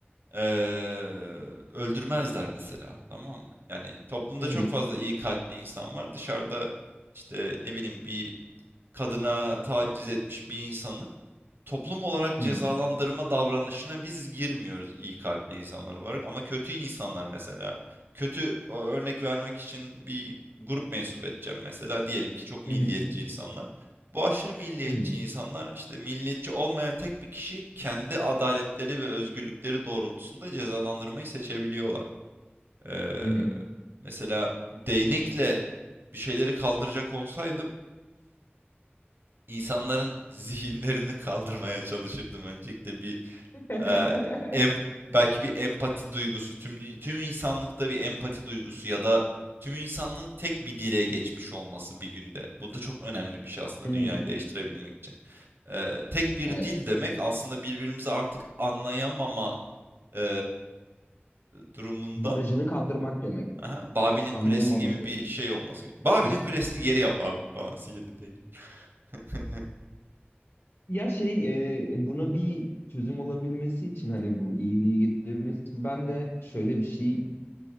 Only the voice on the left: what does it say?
Hı
hı.
Hı
hı.
Hı hı.
Hı hı.
Hı hı.
<laughs>
Hmm,
evet.
Barajını kaldırmak demek.
Anlayamama
sorunu.
Hı hı.
Ya şey e, buna bir çözüm olabilmesi için hani bu iyiliği getirebilmesi için ben de şöyle bir şey